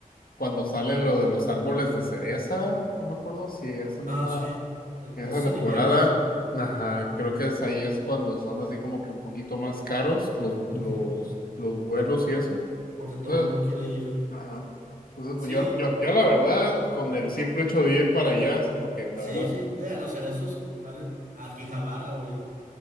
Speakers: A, on the left; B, on the right.
A: cuando salen lo de los árboles de cereza, no me acuerdo si es en
B: Ah,
A: esa,
B: sí. E-
A: en esa
B: Eso es
A: temporada,
B: en invierno.
A: ajá, creo que es ahí es cuando son así como que un poquito más caros los,
B: Ujú.
A: los, los vuelos y eso.
B: Porque todo
A: Entonces,
B: el mundo quiere ir.
A: ajá. Entonces,
B: Sí,
A: pues yo, yo, yo la verdad, con el simple hecho de ir para allá, o sea, porque la
B: sí,
A: verdad,
B: sí. De los cerezos valen a Quijabara, güey.